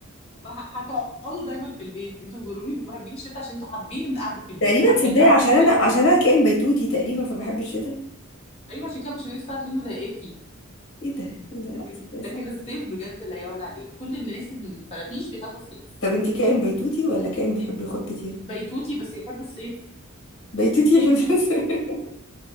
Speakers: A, on the left; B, on the left.
A: ما ه- هتقعدوا دايما في البيت انتوا جروبي محبين الشتاء عشان انتوا حابين القعده في البيت
B: تقريبا
A: حابين
B: تصدقي
A: القعده
B: عشان
A: في البيت
B: انا عشان انا كائن بيتوتي تقريبا فبحب الشتاء
A: ايوه عشان كده مش هنيجي الساعه 2 مضايقاكي
B: ايه ده ايه ده
A: لكن
B: لا تصدقي
A: لكن
B: صح
A: الصيف بجد لا يعلى عليه كل الناس الفرافيش بيحبوا الصيف
B: طب انت كائن بيتوتي ولا كائن بيحب يخرج كتير
A: بيتوتي بس يحب الصيف
B: بيتوتي يحب <laughs>